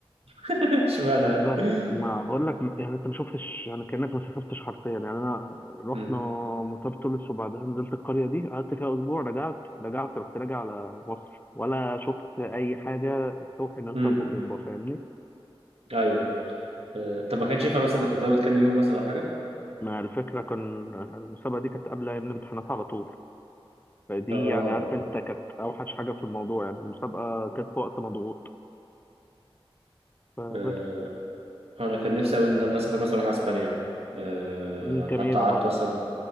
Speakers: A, on the right; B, on the left.
A: <laughs> اشمعنى
B: بالظبط
A: يعني؟
B: ما بقول لك يعني أنت ما شفتش يعني كأنك ما سافرتش حرفيا يعني أنا رحنا
A: امم
B: مطار تونس وبعدها نزلت القرية دي قعدت فيها أسبوع رجعت رجعت رحت راجع على مصر ولا شفت أي حاجة توحي إن أنت
A: امم
B: في أوروبا فاهمني؟
A: ايوه آه، طب ما كانش ينفع مثلا انك تزود كام يوم مثلا او حاجه
B: ما الفكرة كان المسابقة دي كانت قبل أيام الامتحانات على طول فدي
A: اه
B: يعني عارف انت كانت اوحش حاجه في الموضوع يعني المسابقه كانت في وقت مضغوط فبس
A: آه، انا كان نفسي قوي ان انا اسافر مثلا اروح اسبانيا آه،
B: مم،
A: حتى
B: جميلة
A: قعدت
B: برضه
A: مثلا